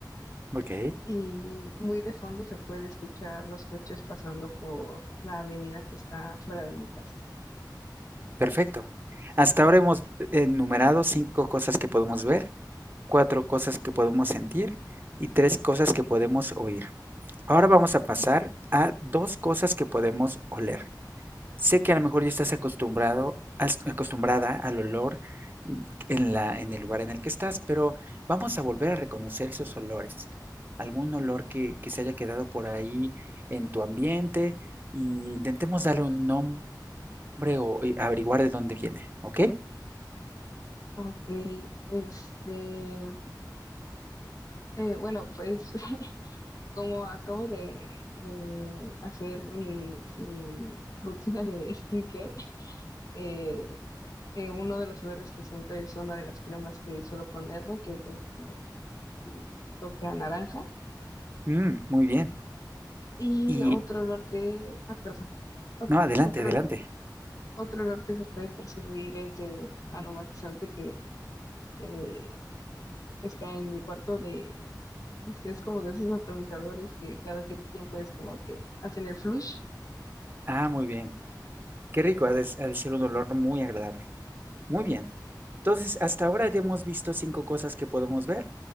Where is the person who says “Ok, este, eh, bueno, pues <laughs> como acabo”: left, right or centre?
Left